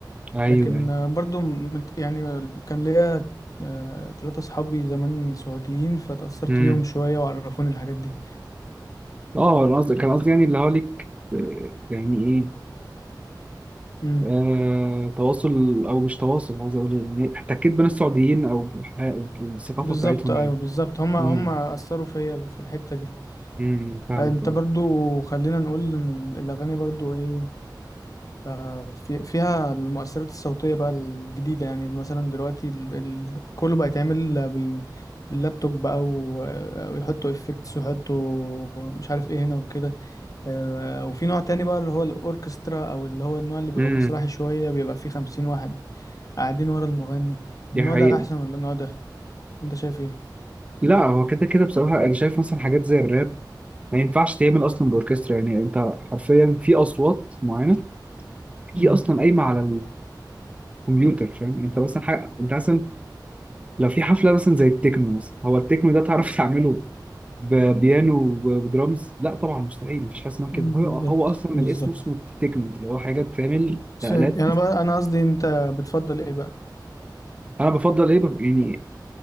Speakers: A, on the right; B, on the left.
A: ايوه
B: لكن
A: ايوه
B: آه، برضو م- مت- يعني كان ليا آه، تلاتة صحابي زمان سعوديين فتأثرت
A: امم
B: بيهم شوية وعرفوني الحاجات دي
A: اه انا قصدي كان قصدي يعني اللي هو ليك آه، يعني ايه
B: مم.
A: آه، تواصل او مش تواصل عايز اقول إيه، يعني احتكيت بين السعوديين او بح- الثقافه
B: بالظبط
A: بتاعتهم
B: أيوه
A: يعني
B: بالظبط هما
A: امم
B: هما أثروا فيا في الحتة دي
A: امم فاهمك
B: انت
A: اه
B: برضو خلينا نقول ان الاغاني برضو ايه آه، في فيها المؤثرات الصوتيه بقى الجديده يعني مثلا دلوقتي ال... ال... كله بقى يتعمل بال... باللابتوب بقى و... آه، ويحطوا افكتس ويحطوا مش عارف ايه هنا وكده آه، وفي نوع تاني بقى اللي هو الاوركسترا او اللي هو النوع اللي بيبقى
A: امم
B: مسرحي شويه بيبقى فيه خمسين واحد قاعدين ورا المغني
A: دي
B: النوع
A: حقيقه
B: ده احسن ولا النوع ده انت شايف ايه
A: لا هو كده كده بصراحه انا شايف مثلا حاجات زي الراب ما ينفعش تعمل اصلا باوركسترا يعني انت حرفيا في اصوات معينه هي
B: مم.
A: اصلا قايمه على الكمبيوتر فاهم انت مثلا حاجه انت مثلا لو في حفله مثلا زي التكنو مثلا هو التكنو ده تعرف <laughs> تعمله ببيانو وب- وبدرامز لا طبعا مستحيل مفيش حاجه اسمها كده
B: بالظبط
A: هو هو اصلا من
B: بالظبط
A: الاسم اسمه تكنو اللي هو حاجه بتعمل
B: ف...
A: آلات
B: يعني أنا بقى انا قصدي انت بتفضل ايه بقى
A: انا بفضل ايه بف- يعني